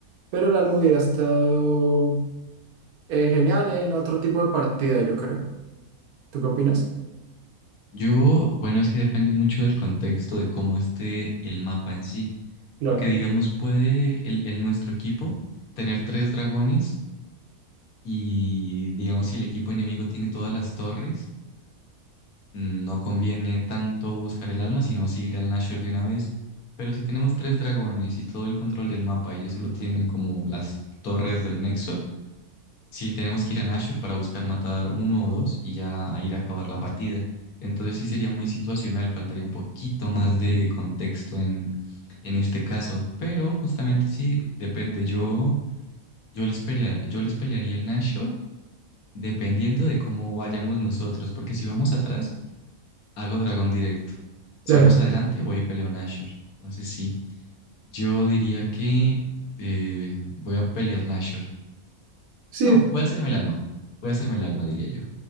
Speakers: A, on the right (about 85°); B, on the left (about 75°).
A: Pero el alma hubiera estado eh, genial en otro tipo de partida, yo creo. ¿Tú qué opinas?
B: Yo, bueno, es que depende mucho del contexto de cómo esté el mapa en sí.
A: Claro,
B: Porque, digamos, puede el, el nuestro equipo tener tres dragones y, digamos, si el equipo enemigo tiene todas las torres, mm, no conviene tanto buscar el alma, sino si ir al Nashor de una vez. Pero si tenemos tres dragones y todo el control del mapa, ellos solo tienen como las torres del Nexo, Sí, tenemos que ir a Nashor para buscar matar uno o dos y ya ir a acabar la partida. Entonces sí sería muy situacional, faltaría un poquito más de contexto en, en este caso. Pero justamente sí, depende. Yo, yo les pelea- yo les pelearía el Nashor dependiendo de cómo vayamos nosotros. Porque si vamos atrás, hago dragón directo. Si
A: claro.
B: vamos adelante, voy y peleo Nashor. Entonces sí, yo diría que eh, voy a pelear Nashor.
A: Sí,
B: No, voy a hacerme el alma. Voy a hacerme el alma, diría yo.